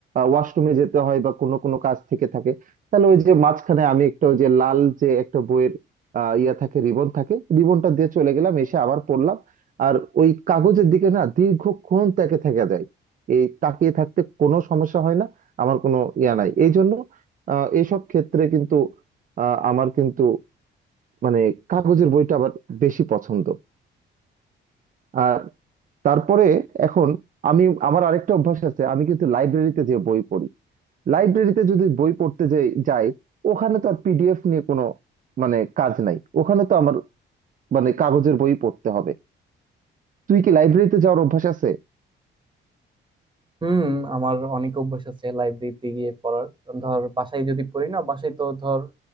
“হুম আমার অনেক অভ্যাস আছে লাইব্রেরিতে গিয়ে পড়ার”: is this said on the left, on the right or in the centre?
Right